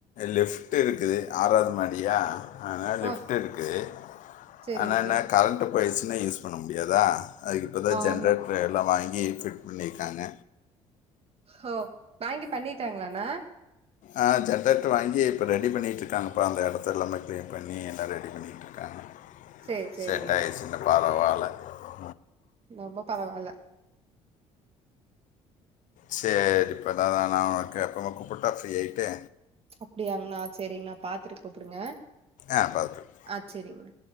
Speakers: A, on the left (about 65°); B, on the right (about 45°).
A: லிஃப்ட்டு இருக்குது ஆறாது மாடியா ஆன லிஃப்ட்டு
B: ஓ
A: இருக்குது
B: செரிங்கண்ணா
A: ஆனா என்ன கரண்ட்டு போயிருச்சுன்னா யூஸ் பண்ண முடியாதா அதுக்கு இப்ப தா
B: ஆமா
A: ஜென்ரேட் எல்லா வாங்கி இ ஃபிட் பண்ணிருக்காங்க
B: ஹ வாங்கி பண்ணிட்டாங்களானா
A: ஆ ஜென்ரேட்டர் வாங்கி இப்ப ரெடி பண்ணிட்டுருக்காங்கப்பா அந்த எடத்த எல்லாமே க்ளீன் பண்ணி எல்லா ரெடி பண்ணிட்டுருக்காங்க
B: சேரி சேரிங்ண்ணா
A: செட்டாயிருச்சுன்னா வார வார <unintelligible>
B: ரொம்ப பரவால்ல
A: செர்ரி பா ந நா உனக்கு அப்பறமா கூப்புட்டா ஃப்ரீ ஆய்ட்டு
B: அப்டியாங்ண்ணா செரிண்ணா பாத்துட்டு கூப்டுங்க
A: ஆ பார்த்துட்டு
B: அ செரிங்ணா